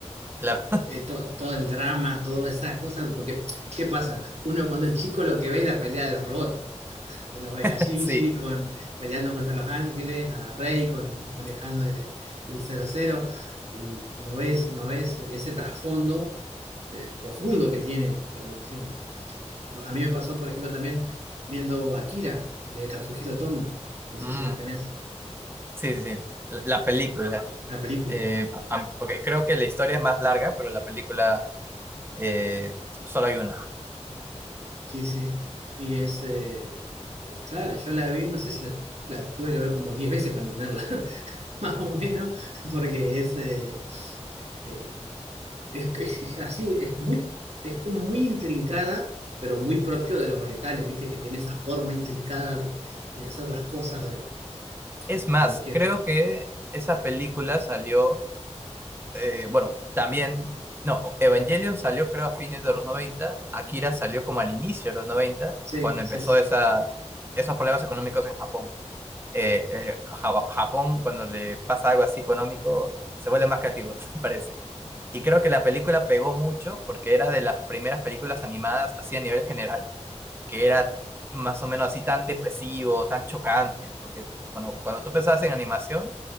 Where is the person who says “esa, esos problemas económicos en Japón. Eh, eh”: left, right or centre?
Right